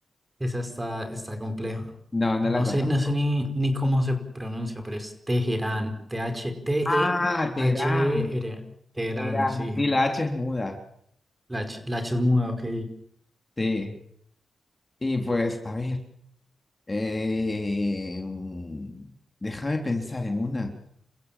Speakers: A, on the right; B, on the left.
A: Esa está, está compleja.
B: No, no
A: No
B: la conozco.
A: sé, no sé ni, ni cómo se pronuncia, pero es Teherán. T-H, T-E-H-R.
B: Ah, Terán,
A: E Teherán,
B: Terán.
A: sí.
B: Sí, la H es muda.
A: La, H- la H es muda, ok.
B: Sí. Y pues, a ver, eh, mm, déjame pensar en una.